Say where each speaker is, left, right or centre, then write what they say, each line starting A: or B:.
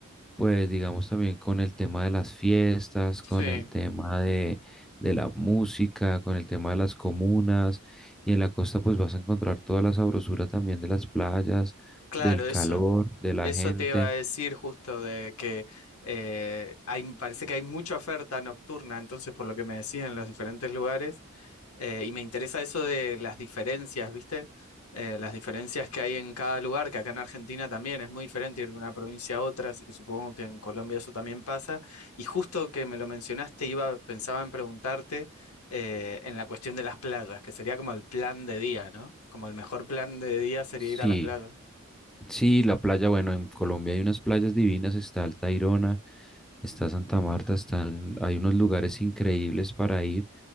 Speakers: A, in the centre; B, on the left.
A: pues digamos también con el tema de las fiestas,
B: Sí,
A: con el tema de de la música, con el tema de las comunas, y en la costa pues vas a encontrar toda la sabrosura también de las playas,
B: claro,
A: del
B: eso.
A: calor, de la
B: Eso
A: gente.
B: te iba a decir justo de que eh, hay, parece que hay mucha oferta nocturna, entonces por lo que me decían en los diferentes lugares, eh, y me interesa eso de las diferencias, ¿viste? Eh, las diferencias que hay en cada lugar, que acá en Argentina también es muy diferente ir de una provincia a otra, así que supongo que en Colombia eso también pasa. Y justo que me lo mencionaste, iba, pensaba en preguntarte eh, en la cuestión de las playas, que sería como el plan de día, ¿no? Como el mejor plan de día sería
A: Sí,
B: ir a las playas.
A: Sí, la playa, bueno, en Colombia hay unas playas divinas, está el Tayrona, está Santa Marta, están, hay unos lugares increíbles para ir.